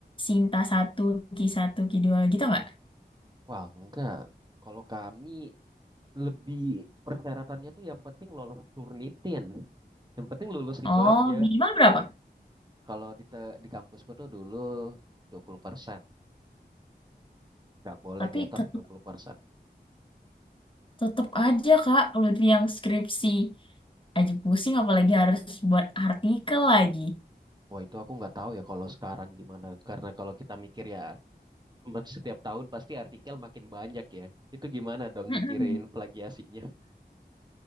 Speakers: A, on the left; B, on the right.
A: Sinta satu ki satu ki dua gitu nggak?
B: wah enggak. Kalau kami lebih persyaratannya tuh yang penting lolos Turnitin. Yang penting lulus
A: Oh,
B: itu aja.
A: minimal berapa?
B: Kalau di, te- di kampusku tuh dulu 20%, nggak boleh
A: Tapi
B: di atas
A: tetep,
B: 20%.
A: tetep aja, Kak. Kalau yang skripsi aja pusing apalagi harus buat artikel lagi.
B: Wah itu aku nggak tahu ya kalau sekarang gimana. Karena kalau kita mikir ya setiap tahun pasti artikel makin banyak ya. Itu gimana dong
A: Mm-mm.
B: mikirin plagiasinya?